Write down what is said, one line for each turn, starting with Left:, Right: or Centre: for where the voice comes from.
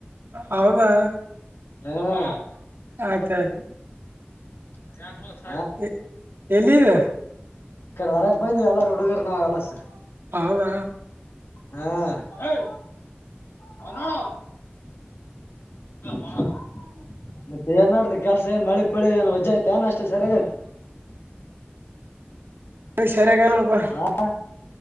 Right: ಹೌದಾ
Left: ಹಾ
Right: ಆಯ್ತ್ ಆಯ್ತು.
Left: <unintelligible>
Right: <unintelligible> ಎಲ್ಲಿಗ್
Left: ಈ ಕಡೆ ವರಕ್ ಬಂದ್ವಿ ಎಲ್ಲರ ಹುಡುಗರ್ ನಾವ ಎಲ್ಲ ಸೇರ್.
Right: ಹೌದ
Left: ಹೇ <unintelligible> ಮನು <unintelligible> ಮತ್ತೆ ಏನ್ ಮಾಡಡ್ಬೇಕ್ ಕೆಲ್ಸ ಏನ್ ಮಳಿ ಪಳಿ ಏನ್ ವಜಾ ಆಯ್ತ ಏನ ಅಷ್ಟೇ ಸರಿಯಾಗಾಯ್ತ.
Right: ಮಳೆ ಸರಿಯಾಗ ನೋಡಪಾ
Left: ಹ <unintelligible>